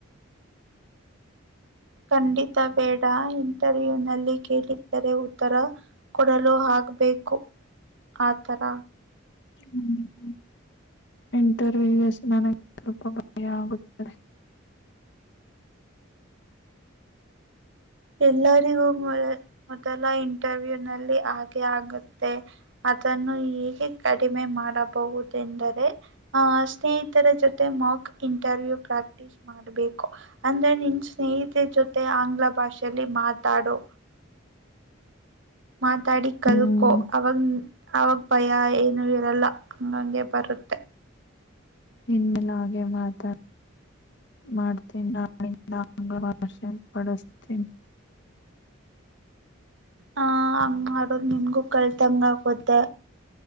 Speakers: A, on the right; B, on the left.
A: ಖಂಡಿತ ಬೇಡ ಇಂಟರ್ವ್ಯೂ ನಲ್ಲಿ ಕೇಳರೆ ಉತ್ತರ ಕೊಡಲು ಆಗ್ಬೇಕು ಆತರ
B: ಹ್ಮ್ ಇಂಟರ್ವ್ಯೂಸ್ ನನಗೆ ಸ್ವಲ್ಪ ಭಯ ಆಗುತ್ತದೆ
A: ಎಲ್ಲರಿಗೂ ಮೊ ಮೊದಲ ಇಂಟರ್ವ್ಯೂ ನಲ್ಲಿ ಹಾಗೆ ಆಗುತ್ತೆ ಅದನ್ನು ಹೀಗೆ ಕಡಿಮೆ ಮಾಡಬಹುದೆಂದರೆ ಆ ಸ್ನೇಹಿತರ ಜೊತೆ ಮಕ್ ಇಂಟರ್ವ್ಯೂ ಪ್ರಾಕ್ಟಿಸಸ್ ಮಾಡಬೇಕು ಅಂದ್ರೆ ನಿನ್ ಸ್ನೇಹಿತರ ಜೊತೆ ಆಂಗ್ಲ ಭಾಷೆಯಲ್ಲಿ ಮಾತಾಡು ಮಾತಾಡಿ ಕಲ್ಕೊ
B: ಹ್ಮ್
A: ಅವಾಗ ಆಗ ಭಯ ಏನು ಇರಲ್ಲ ಹಂಗಂಗೆ ಬರುತ್ತೆ
B: ಇನ್ಮೇಲೆ ಹಾಗೆ ಮಾತಾ ಮಾಡ್ತೀನಿ ನಿಂದ ಆಂಗ್ಲ ಭಾಷೆ ಬಡಸ್ತೀನಿ
A: ಹ ಹಂಗ್ ಮಾಡೋದು ನಿಮಗೂ ಕಲ್ತಂಗ ಆಕತ್ತೆ